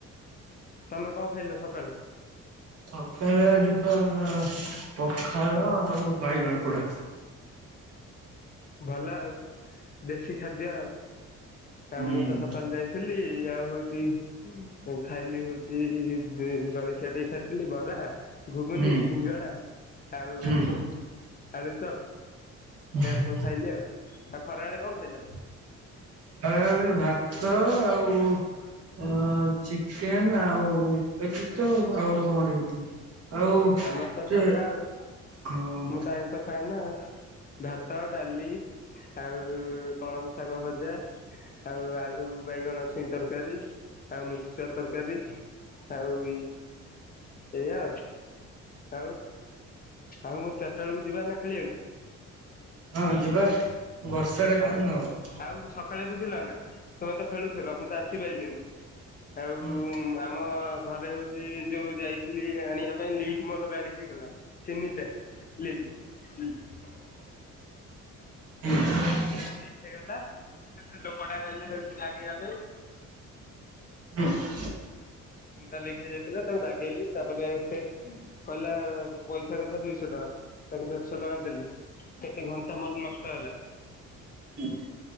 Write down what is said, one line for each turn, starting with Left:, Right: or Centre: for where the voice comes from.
Left: ତୋମେ କଣ ଖାଇଲ ସକାଳେ?
Right: ସକାଳେ ଆଜି ପା ପଖାଳ ଆଉ ବାଇଗଣ ପୁଡା।
Left: ଭଲ ଆଉ ଦେଶୀ ଖାଦ୍ୟ।
Right: ହୁଁ
Left: ଆଉ ମୁଁ ତ ସକାଳୁ ଯାଇ ଥିଲି, ଆଉ ହଉଚି ଏଁ, ଖାଇଲି ହଉଚି ଏ ଜଳଖିଆ ଟିକେ ଖାଇଥିଲି ବରା। ଘୁଗୁନି,
Right: ହୁଁ
Left: ସିଙ୍ଗଡା ଆଉ
Right: ହୁଁ।
Left: ଆଳୁଚପ୍।
Right: ଓ, ହଁ।
Left: ସବୁ ଖାଇଲି ଆଉ। ଆଉ ଖରା ବେଳେ କଣ ଖାଇଲ?
Right: ଖରାବେଳେ ଭାତ ଆଉ ଅ, ଚିକେନ୍ ଆଉ ଏତିକି ତ ଆଉ କଣ ଗୋଟେ କଣ ଗୋଟେ ହେଇଥିଲା। ଆଉ
Left: ଆମର ତ
Right: ସେ
Left: ସାଧା ଆଉ,
Right: ହଁ
Left: ମୁଁ ତ ଆଇଁ ଷ ଖାଏ ନା, ଭାତ, ଡାଲି ଆଉ କଳମ ଶାଗ ଭଜା। ଆଉ ଆଳୁ ବାଇଗଣ ଛୁଇଁ ତରକାରୀ ଆଉ ମିକ୍ସଚର ତରକାରୀ। ଆଉ ଇ, ଏଇଆ। ଆଉ ଆଉ ମୁଁ ଚାଟା ବେଳକୁ ଯିବା ନା ଖେଳିବାକୁ?
Right: ହଁ ଯିବା ବର୍ଷା ଟା ଖାଲି
Left: ଆଉ
Right: ନ ହଉ।
Left: ଆଉ ସକାଳେ ବୁଝିଲ ନା, ତୋମେ ତ ଖେଳୁଥିଲ ମୁଁ ତ ଆସିପାଇଲିନି। ଆଉ
Right: ହୁଁ
Left: ଆମ ଘରେ ହଉଚି ଯୋଉ ଯାଇଥିଲି ଆଣିବା ପାଇଁ ଲିକ୍ ମୋର ଗାଡି ହେଇଗଲା। ସେ ନି। <unintelligible>
Right: ହୁଁ।
Left: ତିନିଟା ଲିକ୍ ହେଇଗଲା ସେ ଲୋକଟା କହିଲା ହେଉଛି ବାଗେଇବା ପାଇଁ।
Right: ହୁଁ।
Left: ତିନିଟା ଲିକ୍ ହେଇ ଯାଇଥିଲା ତାକୁ ବାଗେଇଲି ତାପରେ ସେ କହିଲା ପଇସା କଥା ଦୁଇଶହ ଟଙ୍କା ତାକୁ ଦେଢ଼ଶହ ଟଙ୍କା ଦେଲି। କେତେ ଘଣ୍ଟା ମୋର ନଷ୍ଟ ହେଲା।
Right: ହୁଁ।